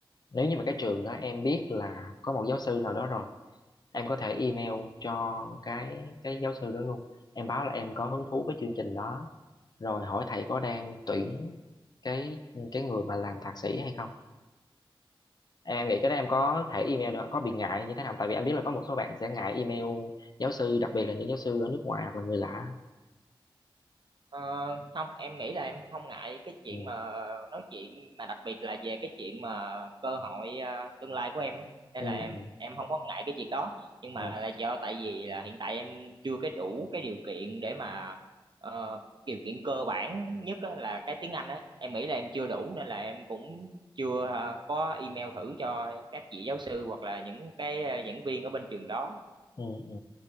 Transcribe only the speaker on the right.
Ờ, không em nghĩ là em không ngại cái chuyện
mà nói chuyện mà đặc biệt là về cái chuyện mà cơ hội ờ, tương lai của em á. nên
là em
em không có ngại cái việc đó nhưng mà
là do tại vì là hiện tại em chưa cái đủ cái điều kiện để mà ờ, điều kiện cơ bản nhất á, là cái tiếng Anh á em nghĩ là em chưa đủ nên là em cũng chưa ờ, có email thử cho các vị giáo sư hoặc là những cái ờ, giảng viên ở bên trường đó